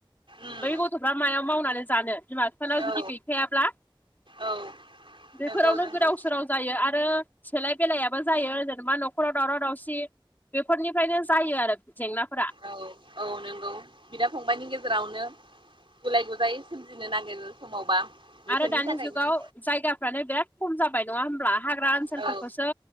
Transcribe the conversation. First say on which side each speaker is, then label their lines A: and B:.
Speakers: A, on the right; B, on the left.
A: उम
B: बै गथ'फ्रा मायाव मावनानै जानो बिमा बिफानाव
A: औ
B: जुदि बेफोरावनो
A: औ नंगौ नंगौ
B: गोदाव-सोराव जायो आरो ओ सोलाय बेलायाबो जायो जेनेबा न'खराव दावराव दावसि बेफोरनिफ्रायनो जायो आरो जेंनाफोरा।
A: औ औ नंगौ बिदा-फंबाइनि गेजेरावनो गुलाय गुजायै सोमजिनो नागिरो समावबा बेफोरनि
B: आरो दानि
A: थाखायनो
B: जुगाव जायगाफ्रानो बिराद खम जाबाय नङा होमब्ला हाग्रा ओनसोलफोरखौसो
A: औ